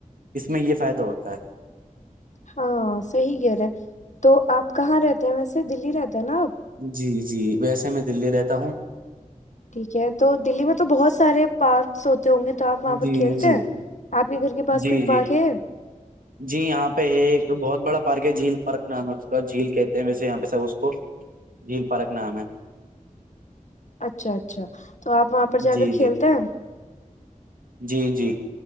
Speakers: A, on the right (about 85°); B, on the left (about 60°).
A: اس میں یہ فائدہ ہوتا ہے
B: ہاں صحیح کہہ رہے تو آپ کہاں رہتے ہیں ویسے دلی رہتے جناب
A: جی جی ویسے میں دلی رہتا ہوں
B: ٹھیک ہے تو دلی میں تو بہت سارے پارکس ہوتے ہوں گے تو آپ وہاں پر
A: جی
B: کھیلتے
A: جی
B: ہیں آپ کے گھر کے پاس
A: جی
B: کوئی
A: جی
B: پارک ہے
A: جی یہاں پہ ہے ایک بہت بڑا پ جھیل پرکھ نام ہے اس کا جھیل کہتے ہیں ویسے یہاں پہ سب اس کو جھیل پرک نام ہے
B: اچھا اچھا تو آپ وہاں پر جا
A: جی
B: کر کھیلتے
A: جی
B: ہیں
A: جی جی